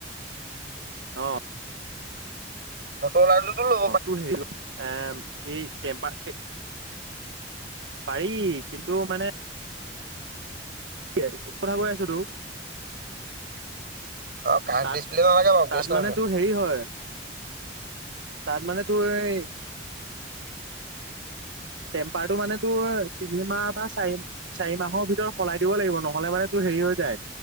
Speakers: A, on the right (about 80°); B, on the right (about 55°).
A: অ'।
B: মতৰঅলা টোটো লৈ
A: অ', তোৰ হেৰিটো এ, এই টেমম্পাৰ টে পাৰি, কিন্তু মানে <unintelligible> কথা কৈ আছোটো
B: অ', কাঠ
A: তাত
B: ডিছপ্লে নালাগে বাৰু
A: তাত
B: কেছ নাই
A: মানে
B: মোৰ।
A: তোৰ হেৰি হয়, তাত মানে তোৰ এই টেম্পাৰটো মানে তোৰ তিনি মাহ বা চাৰি চাৰি মাহৰ ভিতৰত সলাই দিব লাগিব, নহ'লে মানে তোৰ হেৰি হৈ যায়